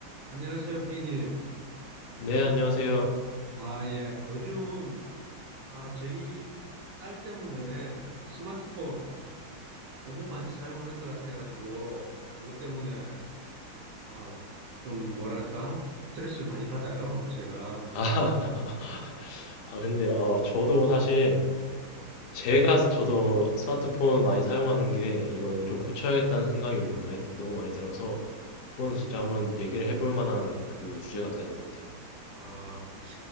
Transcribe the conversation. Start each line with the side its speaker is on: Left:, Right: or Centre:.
Right: 안녕하세요, 비님.
Left: 네, 안녕하세요.
Right: 아, 예. 요즘, 아, 저희 딸 때문에 스마트폰 너무 많이 사용하는 것 같아가지고, 그것 때문에, 아, 좀 뭐랄까? 스트레스를 많이 받아요, 제가.
Left: 아, <laughs> 아, 근데, 어, 저도 사실,
Right: 음.
Left: 제가 저도 스마트폰 많이 사용하는 게 이걸 좀 고쳐야겠다는 생각이 요즘 많이, 너무 많이 들어서, 이건 진짜 한번 얘기를 해볼 만한 그 주제가 되는 것 같아요.
Right: 아,